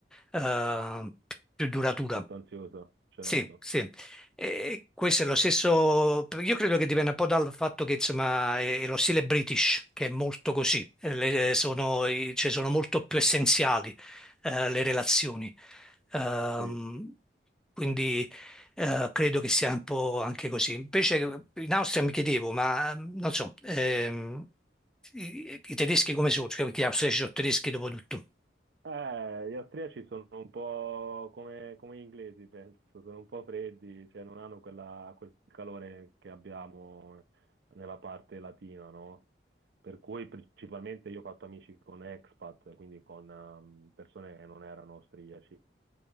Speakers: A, in the centre; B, on the right (about 65°).
A: eh, più duratura.
B: sostanziosa, certo.
A: Sì, sì. E questo è lo stesso, io credo che dipenda un po' dal fatto che insomma è è lo stile British che è molto così, Eh, le- eh, sono, i- cioè, sono molto più essenziali eh, le relazioni, Ehm,
B: Sì.
A: quindi eh, credo che sia un po' anche così. Invece in Austria mi chiedevo, ma non so, ehm, i, i tedeschi come sono? Cioè, perché gli austriaci sono tedeschi dopo tutto.
B: Eh, gli austriaci sono un po' come, come gli inglesi, penso, sono un po' freddi, cioè non hanno quella- quel calore che abbiamo nella parte latina, no? Per cui principalmente io ho fatto amici con expat, quindi con ehm, persone che non erano austriaci.